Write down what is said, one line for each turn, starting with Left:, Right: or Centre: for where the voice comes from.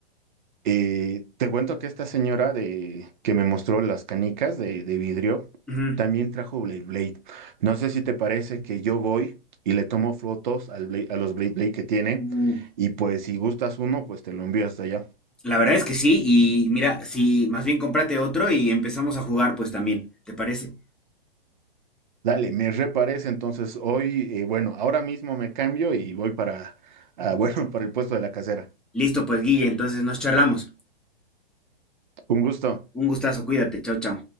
Right: eh, te cuento que esta señora de, que me mostró las canicas de, de vidrio
Centre: Ujú.
Right: también trajo Blade Blade. No sé si te parece que yo voy y le tomo fotos al Blade- a los Blade Blade que tiene
Centre: Uh.
Right: y pues si gustas uno, pues te lo envío hasta allá.
Centre: La verdad es que sí, y mira, si más bien cómprate otro y empezamos a jugar, pues también, ¿te parece?
Right: Dale, me reparece entonces hoy, eh, bueno, ahora mismo me cambio y voy para, ah, <laughs> bueno, para el puesto de la casera.
Centre: Listo, pues Guille, entonces nos charlamos.
Right: Un gusto.
Centre: Un gustazo, cuídate, chao, chao.